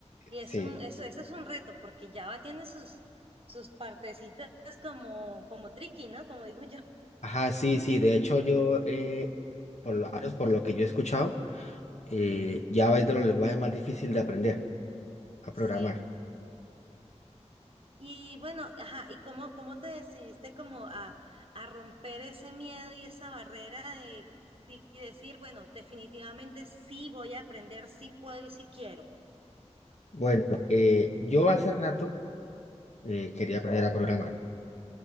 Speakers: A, on the right; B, on the left.
A: y es
B: sí.
A: un, eso, eso es un reto, porque Java tiene sus, sus partecitas como, como tricky, ¿no? Como digo yo.
B: Ajá, sí, sí, de hecho yo, eh, por lo menos por lo que yo he escuchado, eh, Java es de los lenguajes más difíciles de aprender a
A: Sí.
B: programar.
A: Y bueno, ajá, ¿y cómo, cómo te decidiste como a, a romper ese miedo y esa barrera de, de- y decir, bueno, definitivamente sí voy a aprender, sí puedo y sí quiero?
B: Bueno, eh, yo hace rato eh, quería aprender a programar.